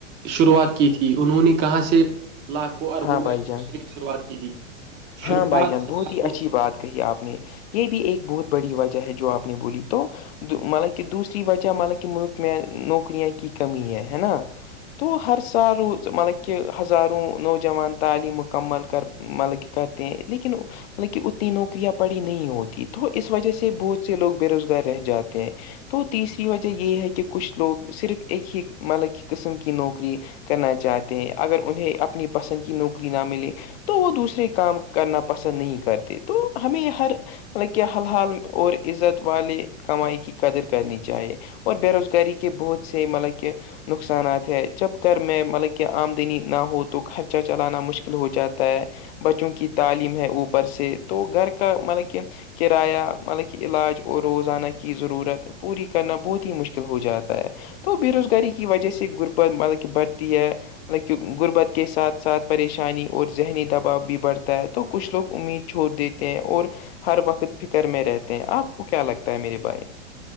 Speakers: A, on the right; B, on the left.
A: شروعات کی تھی انہوں نے کہاں سے لاکھوں اربوں
B: ہاں
A: میں
B: بھائی جان
A: ت شروعات کی تھی
B: ہاں
A: شروعات
B: بھائی جان
A: ہزاروں
B: بہت ہی اچھی
A: سے
B: بات کہی آپ نے یہ بھی ایک بہت بڑی وجہ ہے جو آپ نے بولی تو مطلب کہ دوسری وجہ مطلب کہ ملک میں نوکریا کی کمی ہے ہے نا تو ہر سال روز مطلب کہہ ہزاروں نوجان تعلیم مکمل کر مطلب کہ کرتے ہیں لیکن مطلب کہ اتنی نوکریاں پڑی نہیں ہوتی تو اس وجہ سے بہت سے لوگ بے روزگار رہ جاتے ہیں تو تیسری وجہ یہ ہے کہ کچھ لوگ صرف ایک ہی مطلب کی قسم کی نوکری کرنا چاہتے ہیں اگر انہیں اپنی پسند کی نوکری نہ ملے تو وہ دوسرے کام کرنا پسند نہیں کرتے تو ہمیں ہر مطلب کیا حل حال اور عزت والے کمائی کی قدر کرنی چاہیے اور بے روزگاری کے بہت سے مطلب کہ نقصانات ہے جب کر میں مطلب کہ آمدنی نہ ہو تو خرچہ چلانا مشکل ہو جاتا ہے بچوں کی تعلیم ہے اوپر سے تو گھر کا مطلب کہ کرایہ مطلب کہ علاج اور روزانہ کی ضرورت پوری کرنا بہت ہی مشکل ہو جاتا ہے تو بے روزگاری کی وجہ سے غربت مطلب کہ بڑھتی ہے مطلب کہ غربت کے ساتھ ساتھ پریشانی اور ذہنی دباؤ بھی بڑھتا ہے تو کچھ لوگ امید چھوڑ دیتے ہیں اور ہر وقت فکر میں رہتے ہیں آپ کو کیا لگتا ہے میرے بھائی